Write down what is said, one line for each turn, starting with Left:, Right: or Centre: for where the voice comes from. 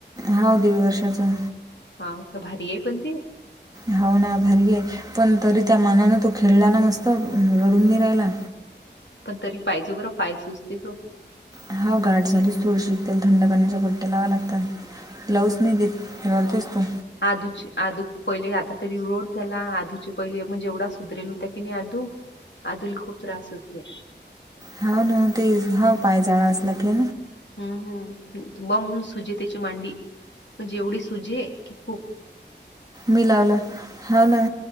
Right: हा दीड वर्षाचा.
Left: हा. भारी आहे पण ते,
Right: हाव ना भारी आहे. पण तरी त्या मानानं तो खेळला ना मस्त, रडून नाही राहिला.
Left: पण तरी पायजो, बर पाय सुचते तो.
Right: हा, गाठ झालीस थोडीशी, त्याला थंड पाण्याच्या पट्ट्या लावाव्या लागतात. लावूच नाही देत, रडतोस तो.
Left: आदूचे आदू पहिले आता तरी रोड झाला, आधूचे पहिले म्हणजे येवढा सुधरेल होता की नाही आदू. आधुला खूप त्रास होते.
Right: हांव ना ते हा
Left: हम्म
Right: पाय झाळा असला की,
Left: हम्म हम, बम सुजे त्याची मांडी म्हणजे, एवढी सुजे कि खूप.
Right: मी लावला, हाना.